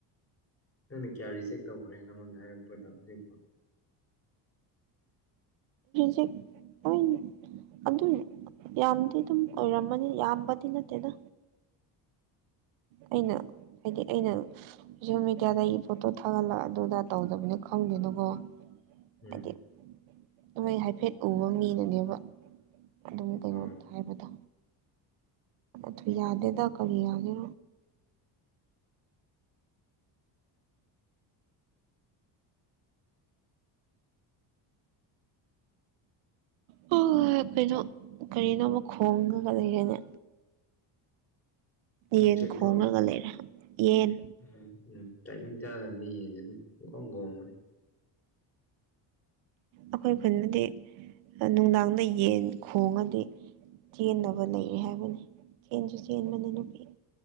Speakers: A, on the left; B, on the right.
A: ꯅꯪꯅ ꯀꯌꯥ ꯔꯤꯖꯦꯛ ꯇꯧꯈ꯭ꯔꯦ ꯅꯪꯉꯣꯟꯗ ꯍꯥꯏꯔꯛꯄꯗꯣ ꯍꯧꯖꯤꯛꯐꯥꯎ
B: ꯖꯦꯛ ꯑꯣꯏ ꯑꯗꯨ ꯌꯥꯝꯗꯤ ꯑꯗꯨꯝ ꯑꯣꯏꯔꯝꯃꯅꯤ ꯌꯥꯝꯕꯗꯤ ꯅꯠꯇꯦꯗ ꯑꯩꯅ ꯍꯥꯏꯗꯤ ꯑꯩꯅ ꯁꯣꯁꯦꯜ ꯃꯦꯗꯤꯌꯥꯗ ꯑꯩꯒꯤ ꯄꯣꯠꯇꯣ ꯊꯥꯒꯠꯂ ꯑꯗꯨꯗ ꯇꯧꯗꯕꯅ ꯈꯪꯗꯦꯅꯀꯣ
A: ꯎꯝ
B: ꯍꯥꯏꯗꯤ ꯃꯣꯏ ꯍꯥꯏꯐꯦꯠ ꯎꯕ ꯃꯤꯗꯨꯅꯦꯕ ꯑꯗꯨꯝ ꯀꯩ
A: ꯑꯣ
B: ꯍꯥꯏꯕꯗ ꯊ ꯌꯥꯗ ꯑꯦꯗ ꯀꯔꯤ ꯌꯥꯒꯦ ꯍꯣꯏ ꯍꯣꯏ ꯍꯣꯏ ꯀꯩꯅꯣ ꯀꯔꯤꯅꯣꯃ ꯈꯣꯡꯉꯒ ꯂꯩꯒꯅꯦ ꯌꯦꯟ
A: ꯎꯆꯦꯛꯔꯣ
B: ꯈꯣꯡꯉꯒ ꯂꯩꯔꯦ ꯌꯦꯟ
A: ꯎꯝ ꯎꯝ ꯇꯥꯏꯃꯤꯡ ꯆꯥꯗꯅꯤ ꯌꯦꯡꯁꯦ ꯑꯗꯨꯝ ꯄꯡꯈꯣꯡ ꯈꯣꯡꯕꯅꯦ
B: ꯑꯩꯈꯣꯏ ꯈꯨꯟꯗꯗꯤ ꯅꯨꯡꯗꯥꯡꯗ ꯌꯦꯟ ꯈꯣꯡꯉꯗꯤ ꯆꯦꯟꯅꯕ ꯂꯩꯔꯦ ꯍꯥꯏꯕꯅꯤ ꯆꯦꯟꯁꯨ ꯆꯦꯟꯕꯅꯦ ꯅꯨꯄꯤ